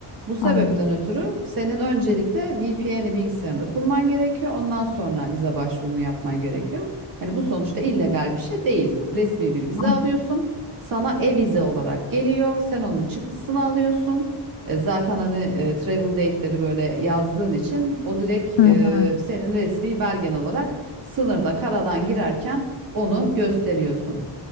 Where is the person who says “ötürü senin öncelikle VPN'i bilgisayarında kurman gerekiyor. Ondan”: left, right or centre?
Right